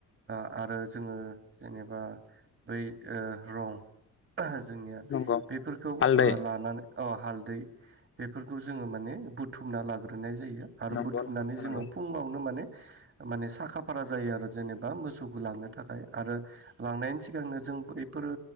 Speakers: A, on the right; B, on the left.
A: आरो जोंङो जेनेबा बै रं जोंनिया
B: नंगौ
A: बेफोरखौ
B: हालदै
A: लानानै हालदै बेफोरखौ जोंङो माने बुथुमना लाग्रोनाय जायो आरो
B: नंगौ
A: बुथुमनानै
B: नंगौ नोंथां
A: जोंङो
B: नंगौ
A: फुंङावनो माने माने साखा फारा जायो आरो जेनेबा मोसौखौ लांनो थाखाय आरो लांनायनि सिगांनो जों बफोरो